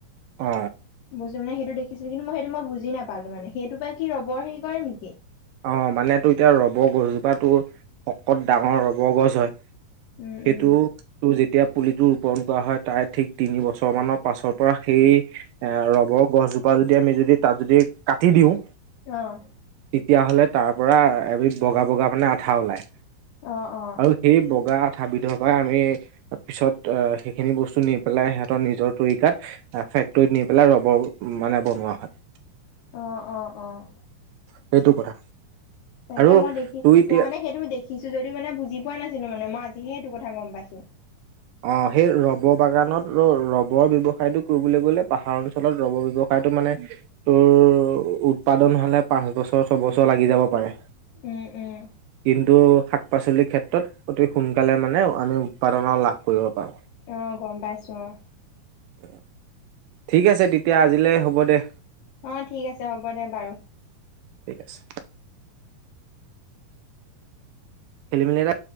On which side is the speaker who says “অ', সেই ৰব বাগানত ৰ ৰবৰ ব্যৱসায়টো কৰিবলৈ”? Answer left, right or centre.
Right